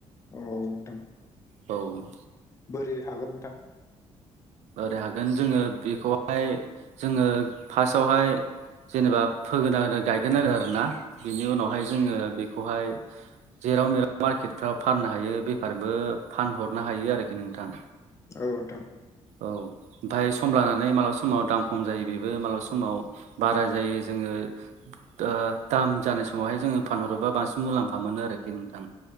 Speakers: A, on the left; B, on the right.
A: औ नोंथां
B: औ
A: बोरै हागोन नोंथां?
B: ओरै हागोन जोङो बेखौहाय जोङो फार्स्टआवहाय जेनेबा फोग्रोनांगोन गायग्रो नांगोन आरोना। बिनि उनावहाय जोङो बेखौहाय जेराव-मेराव मार्केटफ्राव फाननो हायो बेफारिनोबो फानहरनो हायो आरोखि नोंथां।
A: औ नोंथां
B: औ ओमफ्राय सम लानानै मालाबा समाव दाम खम जायो बेबो मालाबा समाव बारा जायो जोङो ओ दाम जानाय समावहाय जोङो फानहरोबा बांसिन मुलाम्फा मोनो आरोखि नोंथां।